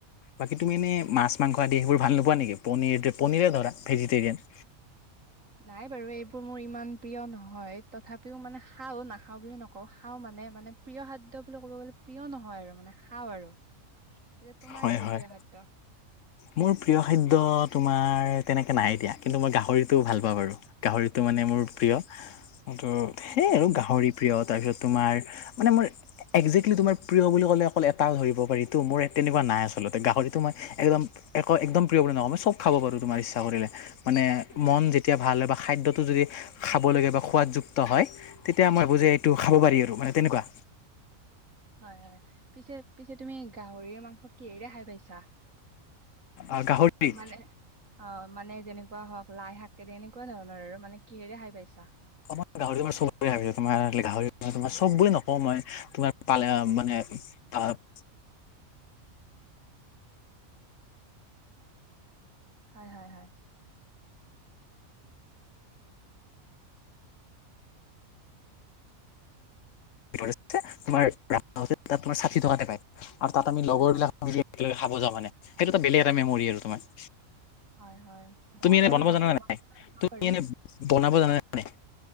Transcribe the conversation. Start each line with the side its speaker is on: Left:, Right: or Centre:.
Left: বাকী তুমি এনেই মাছ মাংস আদি সেইবোৰ ভাল নোপোৱা নেকি পনীৰ পনীৰে ধৰা ভেজিটেৰিয়ান
Right: নাই বাৰু এইবোৰ মোৰ ইমান প্ৰিয় নহয় তথাপিও মানে খাওঁ নাখাও বুলি নকওঁ খাওঁ মানে মানে প্ৰিয় খাদ্য বুলি ক'ব গ'লে প্ৰিয় নহয় আৰু মানে খাওঁ আৰু যে তোমাৰ
Left: হয়
Right: কি
Left: হয়
Right: প্ৰিয় খাদ্য?
Left: মোৰ প্ৰিয় খাদ্ দ্য তোমাৰ তেনেকে নাই দিয়া কিন্তু মই গাহৰিটো ভাল পাওঁ বাৰু গাহৰিটো মানে
Right: অ'
Left: মোৰ প্ৰিয় ত
Right: পিছ
Left: সেয়ে আৰু গাহৰি প্ৰিয় তাৰপিছত তোমাৰ মানে মোৰ একজেক্টলি তোমাৰ প্ৰিয় বুলি ক'লে অকল এটা ধৰিব পাৰি ত মোৰ তেনেকুৱা নাই আচলতে গাহৰিতটো মই একদম এক একদম প্ৰিয় বুলি নকওঁ মই চব খাব পাৰো তোমাৰ ইচ্ছা কৰিলে মানে
Right: হয়
Left: মন
Right: হয়
Left: যেতিয়া ভাল অভ্যা খাদ্যটো যদি খাব লাগে বা সোৱাদযুক্ত হয় তেতিয়া মই বুজে টো খাব পাৰি আৰু মানে তেনেকুৱা
Right: হয় হয় পিছে পিছে তুমি গাহৰিৰে মাংস কিহেৰে খাই পাইছা
Left: অ গাহৰি
Right: মানে অ' মানে যেনেকুৱা হওক লাই শাক তেনে এনেকুৱা ধৰণৰ আৰু মানে কিহেৰে খায় পাইছা
Left: অসমত গাহৰি মাংস তোমাৰ গাহৰি তোমাৰ সব বুলি নকওঁ মই তোমাৰ পালে মানে আহ
Right: হয় হয় হয়
Left: তমাৰ ত তোমাৰ ষাঠি টকাতে পায় আৰু তাত আমি লগৰ
Right: হয়, হয়,
Left: বিলাকে মিলি একেলগে খাব যাওঁ মানে সেইটো এটা বেলেগ এটা মেমৰি আৰু তোমাৰ
Right: হয়, হয়।
Left: তুমি
Right: মই
Left: এনে
Right: বাৰু
Left: বনাব
Right: গাহৰি
Left: জানা না
Right: মাংস
Left: নাই
Right: খাওঁ
Left: তুমি
Right: বাৰু
Left: এনে বনাব ব জানা নে নাই